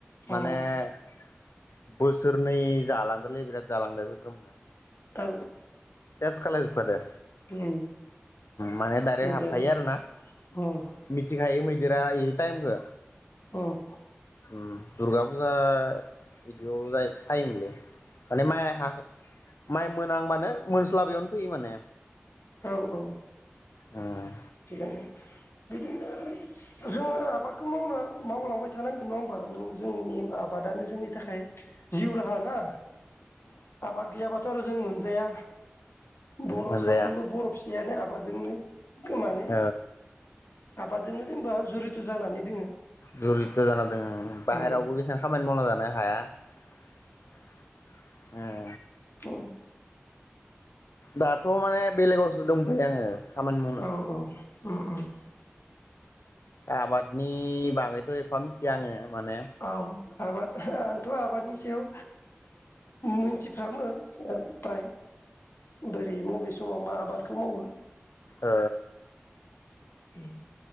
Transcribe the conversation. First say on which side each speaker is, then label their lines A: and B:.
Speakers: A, on the left; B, on the left.
A: उम
B: माने बो बोसोरनै जालांदोलै बिराद जालांदो गोगोमनो।
A: औ
B: सेस खालाय जोबखादों
A: उम
B: माने दायरेख
A: दे
B: फायो आरो ना
A: उम
B: मिथिंखायो मैदेरा हाय टाइमखो
A: औ
B: उम दुर्गा फुजा बिदियाव जायो फायोमोनलै। माने माइ हागोन माइ मोनांबानो मोनस्लाबैयावनो फैयो माने
A: औ औ।
B: ओम।
A: थिगानो बिदिनो जोङो आबादखौ मावना मावलांबाय थानांगोन नङा होमबा नों जोंनि आबादानो जोंनि थाखाय जिउ राहा ना आबाद गैया बाथ। जों मोनजाया। बर'
B: मोनजाया
A: साफ्रोमबो बर' फिसायानो आब बाजोंनो गो माने।
B: औ
A: आबादजोंनो जेनेबा जुरित' जानानै दोङो
B: जुरिद्र' जाना द बाहेरायावबो
A: औ
B: बेसेबां खामानि मावना जानो हाया।
A: औ।
B: दाथ' माने बेलेगावसो दंफै आङो खामानि मावनो।
A: औ उम उम
B: आबादनि बागैथ' एफा मिथिया आङो माने
A: औ आबाद आंथ' आबादनि सायाव मिथिफ्रामो। <unintelligible> फ्राय <unintelligible> बे बबे समाव मा आबादखौ मावो।
B: ओ।
A: ओम।